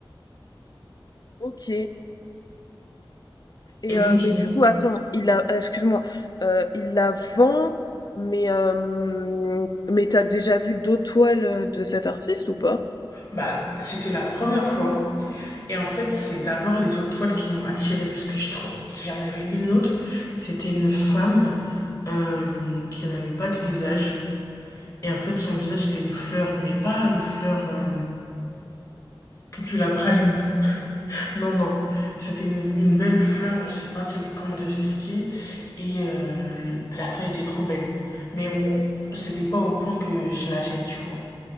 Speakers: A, on the left; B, on the left.
A: Ok. Et
B: Et donc,
A: heu, mais
B: je me-
A: du coup, attends, il la excuse-moi, heu, il la vend, mais hem, mais t'as déjà vu d'autres toiles, heu, de cet artiste ou pas?
B: bah, c'était la première fois. Et en fait, c'est d'abord les autres toiles qui m'ont attirée parce que je trouve, il y en avait une autre. C'était une femme euh, qui n'avait pas de visage Et en fait, son visage c'était une fleur, mais pas une fleur euh, cuculapraline. <laughs> non, non. C'était une, une belle fleur, je sais pas te- comment t'expliquer. Et euh, la toile était trop belle. Mais bon, c'était pas au point que je l'achète, tu vois.